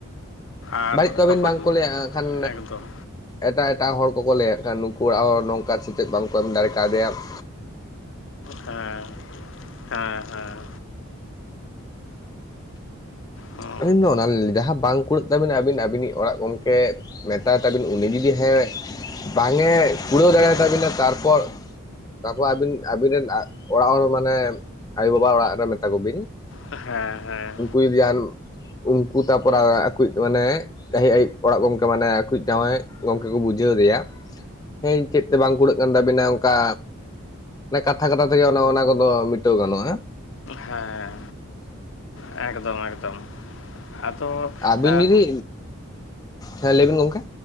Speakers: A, on the left (about 60°); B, on the left (about 15°).
A: ᱟᱨ
B: ᱵᱟᱹᱲᱤᱡ ᱠᱚᱣᱟᱵᱤᱱ
A: ᱚᱦᱚᱧ
B: ᱵᱟᱝᱠᱚ ᱞᱟᱹᱭᱟ ᱠᱷᱟᱱ
A: ᱮᱠᱫᱚᱢ
B: ᱮᱴᱟᱜ ᱮᱴᱟᱜ ᱦᱚᱲ ᱠᱚᱠᱚ ᱞᱟᱹᱭᱟᱜ ᱠᱟᱱ ᱱᱩᱠᱩ ᱚᱲᱟᱜ ᱦᱚᱲ ᱱᱚᱝᱠᱟ ᱥᱮᱪᱮᱫ ᱵᱟᱝ ᱠᱚ ᱮᱢ ᱫᱟᱲᱮ ᱠᱟᱣᱫᱮᱭᱟ ᱾
A: ᱦᱮᱸ ᱦᱮᱸ ᱦᱮᱸ ᱦᱚᱸ
B: ᱟᱹᱞᱤᱧ ᱫᱚ ᱚᱱᱟᱞᱤᱧ ᱞᱟᱹᱭ ᱫᱟ ᱡᱟᱦᱟᱸ ᱵᱟᱝ ᱠᱩᱲᱟᱹᱜ ᱛᱟᱹᱵᱤᱱᱟ ᱟᱹᱵᱤᱱ ᱟᱹᱵᱤᱱᱤᱡ ᱚᱲᱟᱜ ᱜᱚᱢᱠᱮ ᱢᱮᱛᱟᱭ ᱛᱟᱹᱵᱤᱱ ᱩᱱᱤ ᱡᱩᱫᱤ ᱦᱮᱸ ᱵᱟᱝ ᱮ ᱠᱩᱲᱟᱹᱣ ᱫᱟᱲᱮᱭᱟ ᱛᱟᱹᱵᱤᱱᱟ ᱛᱟᱨᱯᱚᱨ ᱛᱟᱯᱚᱨ ᱟᱹᱵᱤᱱ ᱟᱹᱵᱤᱱ ᱨᱮᱱ ᱚᱲᱟᱜ ᱦᱚᱲ ᱢᱟᱱᱮ ᱟᱭᱳ ᱵᱟᱵᱟ ᱚᱲᱟᱜ ᱨᱮ ᱢᱮᱛᱟ ᱠᱚ ᱵᱤᱱ
A: ᱦᱮᱸ ᱦᱮᱸ
B: ᱤᱫᱟᱱ <inaudible> ᱩᱱᱠᱩ ᱛᱟᱯᱚᱨᱮ ᱟᱨ ᱟᱹᱠᱩᱭᱤᱡ ᱢᱟᱱᱮ, <unintelligible> ᱚᱲᱟᱜ ᱜᱚᱝᱠᱮ ᱢᱟᱱᱮ ᱟᱠᱚᱭᱤᱡ ᱡᱟᱶᱟᱭ ᱜᱚᱝᱠᱮ ᱠᱚ ᱵᱩᱡᱷᱟᱹᱣ ᱫᱮᱭᱟ ᱦᱮᱸᱧ ᱪᱮᱫ, ᱛᱮ‌ ᱵᱟᱝ ᱠᱩᱲᱟᱹᱜ ᱠᱟᱱ ᱛᱟᱹᱵᱤᱱᱟ ᱢᱟᱱᱮ ᱚᱱᱠᱟ ᱠᱟᱛᱷᱟ ᱠᱟᱛᱷᱟ ᱛᱮᱜᱮ ᱚᱱᱟ ᱠᱚᱫᱚ ᱢᱮᱴᱟᱹᱣ ᱜᱟᱱᱚᱜ-ᱟ᱾
A: ᱦᱮᱸ ᱮᱠᱫᱚᱢ ᱮᱠᱫᱚᱢ ᱟᱫᱚ
B: ᱟᱹᱵᱤᱱ
A: ᱦᱮᱸ
B: ᱡᱩᱫᱤ ᱦᱮᱸ ᱞᱟᱹᱭ ᱵᱤᱱ ᱜᱚᱢᱠᱮ